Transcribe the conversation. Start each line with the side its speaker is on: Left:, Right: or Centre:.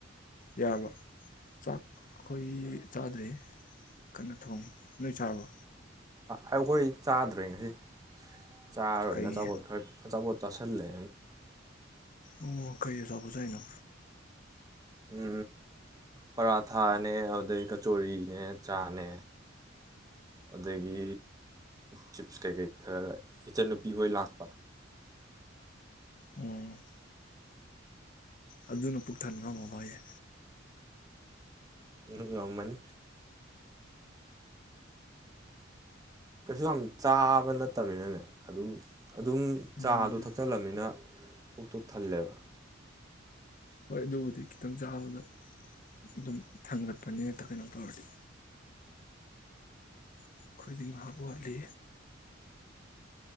Left: ꯌꯥꯔꯕ ꯆꯥꯛ ꯑꯩꯈꯣꯏ ꯆꯥꯗ꯭ꯔꯦ ꯀꯟꯅ ꯊꯣꯡꯉꯤ ꯅꯣꯏ ꯁꯥꯥꯔꯕ
Right: ꯑꯩꯈꯣꯏ ꯆꯥꯗ꯭ꯔꯦ ꯉꯁꯤ ꯆꯥꯔꯣꯏꯅ
Left: ꯀꯩ
Right: ꯑꯆꯥꯄꯣꯠ ꯈꯔ ꯑꯆꯥꯄꯣꯠ ꯇꯥꯁꯔꯂꯦ
Left: ꯑꯣ ꯀꯩꯣ ꯁꯕꯨꯁꯅ
Right: ꯎ ꯄꯔꯥꯊꯥꯅꯦ ꯑꯗꯩ ꯀꯆꯣꯔꯤꯅꯦ ꯆꯥꯅꯦ ꯑꯗꯒꯤ ꯆꯤꯞꯁ ꯀꯩꯀꯩ ꯈꯔ ꯏꯆꯟꯅꯨꯄꯤ ꯍꯣꯏ ꯂꯥꯛꯄ
Left: ꯎꯝ ꯑꯗꯨꯅ ꯄꯨꯛ ꯊꯟ ꯉꯝꯃꯕꯏꯌꯦꯦ
Right: ꯉ ꯃꯅꯤ ꯀꯩꯁꯨ ꯌꯥꯝ ꯆꯥꯕ ꯅꯠꯇꯕꯅꯤꯅꯅꯦ ꯑꯗꯨꯝ ꯑꯗꯨꯝ
Left: ꯎꯝ
Right: ꯆꯥꯗꯣ ꯊꯛꯆꯜꯂꯝꯅꯤꯅ ꯄꯨꯛꯇꯨ ꯊꯜꯂꯦꯕ
Left: ꯍꯣꯏ ꯑꯗꯨꯕꯨꯗꯤ ꯈꯤꯇꯪ ꯆꯥꯕꯗ ꯑꯗꯨꯝ ꯊꯥꯡꯒꯠꯄꯅꯤꯅ ꯀꯩꯅꯣ ꯇꯧꯔꯗꯤ ꯑꯩꯈꯣꯏꯗꯤꯡ ꯉꯥꯄ ꯋꯥꯠꯂꯤ